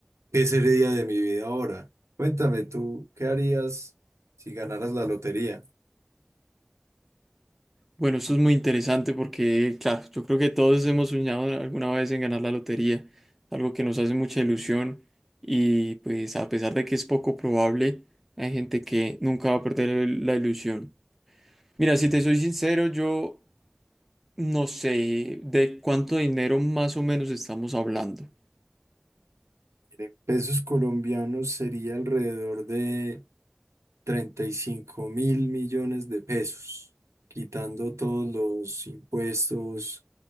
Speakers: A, on the right; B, in the centre.
A: ¿Qué sería de mi vida ahora? Cuéntame tú, ¿qué harías si ganaras la lotería?
B: Bueno, eso es muy interesante porque, claro, yo creo que todos hemos soñado alguna vez en ganar la lotería, algo que nos hace mucha ilusión y pues a pesar de que es poco probable, hay gente que nunca va a perder el- la ilusión. Mira, si te soy sincero, yo no sé de cuánto dinero más o menos estamos hablando.
A: En pesos colombianos sería alrededor de treinta y cinco mil millones de pesos, quitando todos los impuestos,